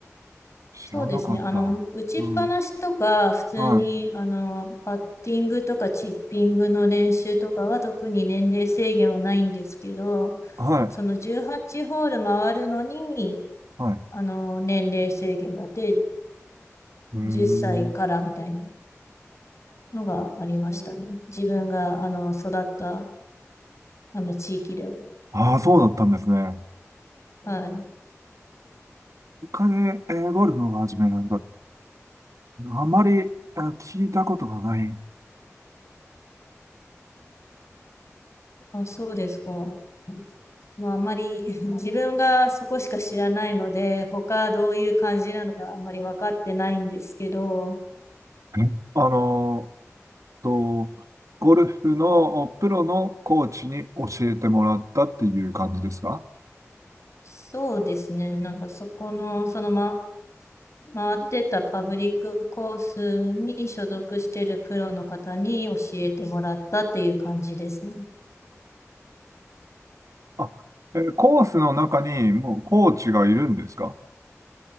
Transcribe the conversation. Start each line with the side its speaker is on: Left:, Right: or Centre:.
Right: 知らなかった。
Left: そうですね。あの、打ちっぱなしとか、
Right: うん、
Left: 普通に、
Right: はい。
Left: あの、パッティングとかチッピングの練習とかは特に年齢制限はないんですけど、
Right: はい。
Left: その18ホール回るのに、
Right: はい。
Left: あの、年齢制限があって、
Right: うーん。
Left: 10歳からみたいなのがありましたね。自分が、あの、育った、あの、地域では。
Right: ああ、そうだったんですね。
Left: はい。
Right: イカで、えーゴルフを始めるのか、あまり、あ聞いたことがない。
Left: あ、そうですか。まあ、あんまり <laughs> 自分がそこしか知らないので、他どういう感じなのかあんまり分かってないんですけど、
Right: えあのーと、ゴルフのおプロのコーチに教えてもらったっていう感じですか
Left: そうですね。なんかそこの、そのま、回ってたパブリックコースに所属してるプロの方に教えてもらったっていう感じですね。
Right: あ、えーコースの中にもうコーチがいるんですか